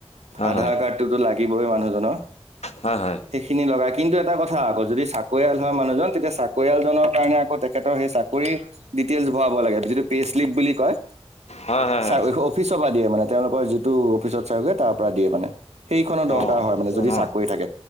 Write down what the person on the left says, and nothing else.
হয়,
হয়,
হয়, হয়,
হয়, হয়, হয়,
অ',
সেইটো
ন?